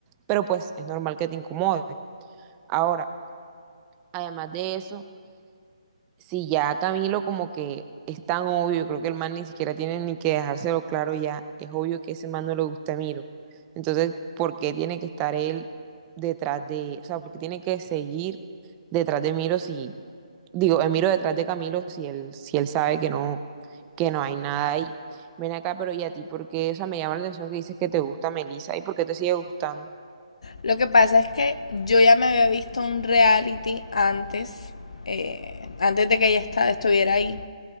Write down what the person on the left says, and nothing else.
Lo que pasa es que yo ya me había visto un reality antes, eh, antes de que ella esta- estuviera ahí,